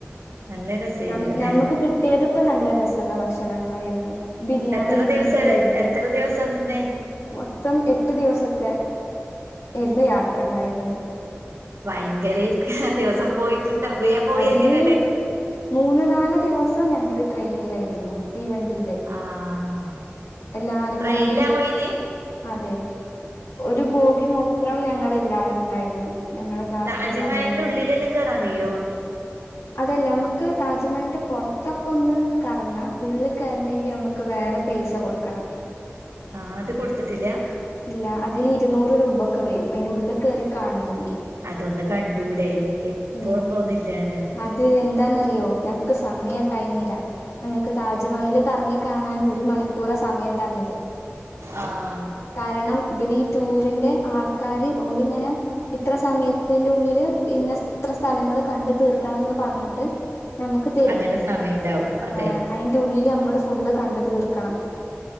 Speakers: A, on the right; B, on the left.
A: നല്ല രസായിരിക്കും
B: നം
A: അല്ലേ
B: നമ്മക്ക് കിട്ട്യേത്പ്പോ നല്ല രസള്ള ഭക്ഷണങ്ങളായിരുന്നു. ബിരിയാണി
A: എത്ര
B: കിട്ടിട്ട്ണ്ടായിര്ന്നു
A: ദിവസം എത്ര ദിവസാ നിന്നേ
B: മൊത്തം എട്ട് ദിവസത്തെ ഇര്ന്ന് യാത്ര ഇണ്ടായിര്ന്നത്.
A: വയങ്കരേര്ക്കും ദിവസം പോയിട്ടുണ്ടോ ബേം പോയെ
B: അതില്
A: ചെയ്തല്ലേല്
B: മൂന്ന് നാല് ദിവസം ഞങ്ങള് ട്രെയിനിലായിരുന്നു തീവണ്ടിയില്.
A: ആഹ്
B: എല്ലാരും
A: ട്രെയിൻലാ
B: കൂടി
A: പോയി നി?
B: അതെ ഒരു ബോഗി മൊത്രം ഞങ്ങല്ലാരുണ്ടായിരുന്നു ഞങ്ങളെ ക്ലാസ്ത്തെ
A: താജ്മഹലിൻ്റെ
B: എല്ലാരും കൂടി
A: ഉള്ളിലെല്ലാം കേറാൻകയ്യോ?
B: അതല്ല അമ്മക്ക് താജ്മഹലിൻ്റെ പൊർത്തൊക്കെ ഒന്ന് കറങ്ങാം ഉള്ള് കേറണെങ്കി അമ്മക്ക് വേറെ പൈസ കൊട്ക്കണം.
A: ആഹ് അത് കൊട്ത്തിട്ടില്ലാ.
B: ഇല്ല അതിന് ഇരുന്നൂറ് രൂപൊക്കെ വരും അയ്ൻ്റുള്ളിൽ കേറി കാണണെങ്കി.
A: അതൊന്ന് കണ്ടൂടെ എപ്പോന്നുന്നില്ലാല.
B: ഏഹ് അത് എന്താന്നറിയോ ഞങ്ങക്ക് സമയണ്ടായിന്നില്ല. ഞങ്ങക്ക് താജ്മഹല് കറങ്ങി കാണന് ഒര്മണിക്കൂറാ സമയം തന്നത്.
A: ആഹ്
B: കാരണം ഇബലീ ടൂറിന്റെ ആൾക്കാര് ഓലിങ്ങനെ ഇത്ര സമയത്തിൻ്റുള്ളില് ഇന്ന ഇത്ര സ്ഥലങ്ങള് കണ്ട് തീർക്കണന്ന് പർഞ്ഞിട്ട് അമ്മക്ക് തെരും
A: അങ്ങനെ സമയണ്ടാവും അതെ
B: ഏഹ് അയൻ്റുള്ളില് അമ്മള് ഫുള്ള് കണ്ട്തീർക്കണം.